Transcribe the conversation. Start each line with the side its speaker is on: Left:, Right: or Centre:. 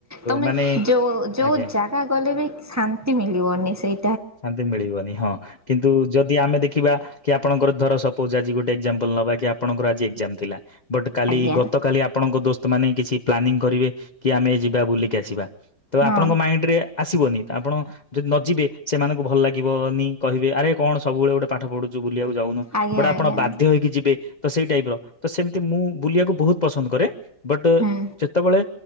Right: ତମେ
Left: ମାନେ
Right: ଯୋଉ ଯୋଉ
Left: ଆଜ୍ଞା
Right: ଜାଗା ଗଲେ ବି ଶାନ୍ତି ମିଳିବନି ସେଇ
Left: ଶାନ୍ତି ମିଳିବନି ହଁ କିନ୍ତୁ ଯଦି ଆମେ ଦେଖିବା କି ଆପଣଙ୍କର ଧର ସପୋଜ ଆଜି ଗୋଟେ ଏକ୍ଜାମଲ ନବା କି ଆପଣଙ୍କର ଆଜି ଏକ୍ଜାମ ଥିଲା। ବଟ୍ କାଲି
Right: ଆଜ୍ଞା
Left: ଗତକାଲି ଆପଣଙ୍କ ଦୋସ୍ତ ମାନେ କିଛି ପ୍ଲାନିଂ କରିବେ କି ଆମେ ଯିବା ବୁଲିକି ଆସିବା। ତ
Right: ହଁ
Left: ଆପଣଙ୍କ ମାଇଣ୍ଡରେ ଆସିବନି ଆପଣ ଯଦି ନ ଯିବେ ସେମାନଙ୍କୁ ଭଲ ଲାଗିବନି କହିବେ ଆରେ କଣ ସବୁବେଳେ ଗୋଟେ ପାଠ ପଢୁଛୁ ବୁଲିବାକୁ ଯାଉନୁ
Right: ଆଜ୍ଞା
Left: ବଟ ଆପଣ
Right: ଆଜ୍ଞା
Left: ବାଧ୍ୟ ହେଇକି ଯିବେ, ତ ସେଇ ଟାଇପ ର ତ ସେମିତି ମୁଁ ବୁଲିବାକୁ ବହୁତ ପସନ୍ଦ କରେ ବଟ୍
Right: ହୁଁ
Left: ଯେତେବେଳେ